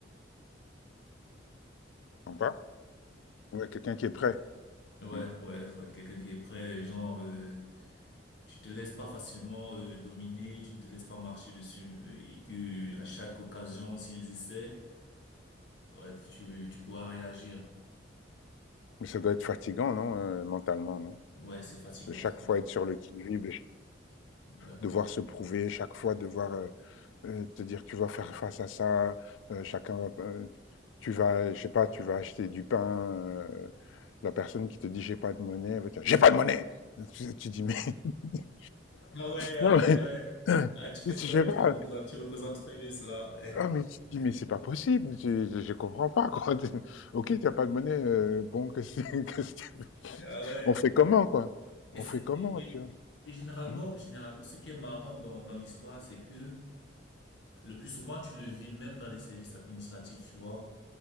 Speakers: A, on the left; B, on the left.
A: sens pas? Ouais, quelqu'un qui est prêt.
B: Ouais,
A: Mm.
B: ouais, faut être quelqu'un qui est prêt, genre, euh, tu te laisses pas facilement euh, dominer, tu ne te laisses pas marcher dessus, euh, et que à chaque occasion, s'ils essaient, bref, tu, tu pourras réagir.
A: Mais ça doit être fatigant, non, euh, mentalement, non?
B: Ouais, c'est fatigant.
A: De chaque
B: c'est-
A: fois être sur le qui-vive, de ch-
B: ouais.
A: devoir se prouver, chaque fois devoir euh, Euh, te dire tu vas faire face à ça, euh, chacun va, euh, tu vas, je sais pas, tu vas acheter du pain, euh, la personne qui te dit j'ai pas de monnaie, elle va te dire j'ai pas de monnaie. Tu, tu dis mais <laughs>
B: Ah ouais, ah
A: non
B: ouais,
A: mais
B: ah ouais.
A: <laughs>
B: Ah, tu fais
A: je
B: très
A: sais
B: bien,
A: pas.
B: tu représentes, tu représentes très bien cela.
A: Ah, mais tu te dis mais c'est pas possible, je, je, je comprends pas quoi. <laughs> Ok, t'as pas de monnaie, euh, bon qu'est-ce que <laughs> qu'est-ce que tu veux
B: <laughs> Ah ouais.
A: On fait comment quoi?
B: Et,
A: On
B: c'est-
A: fait
B: et,
A: comment
B: et-
A: tu vois?
B: et généralement,
A: Mhm,
B: généralement, ce qui est marrant dans, dans l'histoire, c'est que Le plus souvent, tu le vis même dans les services administratifs, tu vois.